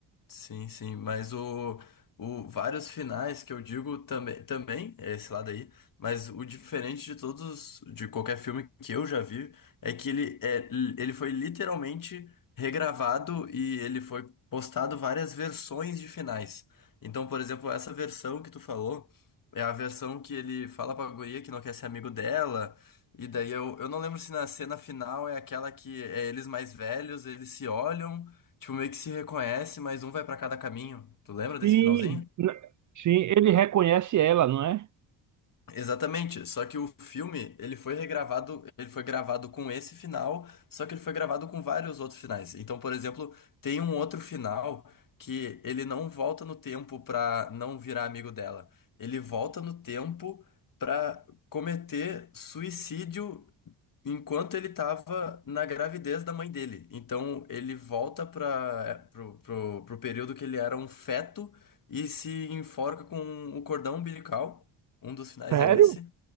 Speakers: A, on the left; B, on the right.
A: Sim, sim, mas o, o vários finais que eu digo também, também é esse lado aí, mas o diferente de todos, de qualquer filme que eu já vi, é que ele, é, ele foi literalmente regravado e ele foi postado várias versões de finais. Então, por exemplo, essa versão que tu falou é a versão que ele fala pra guria que não quer ser amigo dela, e daí eu, eu não lembro se na cena final é aquela que é eles mais velhos, eles se olham. Tipo, meio que se reconhece, mas um vai pra cada caminho. Tu lembra desse
B: Sim,
A: finalzinho?
B: n- sim, ele reconhece ela, não é?
A: Exatamente, só que o filme, ele foi regravado, ele foi gravado com esse final, só que ele foi gravado com vários outros finais. Então, por exemplo, tem um outro final que ele não volta no tempo pra não virar amigo dela. Ele volta no tempo pra cometer suicídio enquanto ele tava na gravidez da mãe dele. Então, ele volta para pro, pro, pro período que ele era um feto e se enforca com o cordão umbilical. Um dos finais
B: Sério?
A: é esse.